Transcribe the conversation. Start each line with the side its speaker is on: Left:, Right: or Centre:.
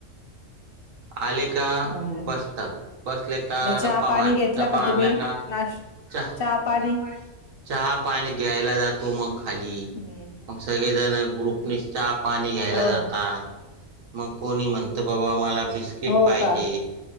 Right: आले का
Left: मग
Right: बसतात बसले का
Left: चहा
Right: गप्पा
Left: पाणी
Right: मारतात
Left: घेतला
Right: गप्पा मारल्या
Left: तुम्ही
Right: का
Left: नाश
Right: चा
Left: चहा पाणी
Right: चहा पाणी घ्यायला जातो मग खाली
Left: हम्म
Right: मग सगळेजण ग्रुपनीच चहा पाणी घ्यायला
Left: हो
Right: जातात मग कोणी म्हणत बाबा मला बिस्किट
Left: हो
Right: पाहिजे.
Left: का